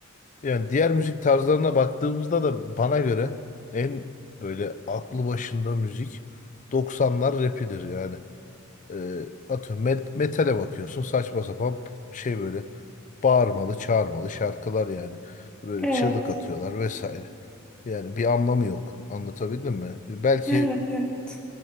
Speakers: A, on the left (about 35°); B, in the centre.
A: Yani diğer müzik tarzlarına baktığımızda da bana göre en böyle aklı başında müzik doksanlar rap'idir yani. E, atıyorum met- metale bakıyorsun saçma sapan şey böyle bağırmalı çağırmalı şarkılar yani. Böyle
B: Evet,
A: çığlık atıyorlar vesaire. Yani bir anlamı yok. Anlatabildim mi? Belki
B: evet, evet,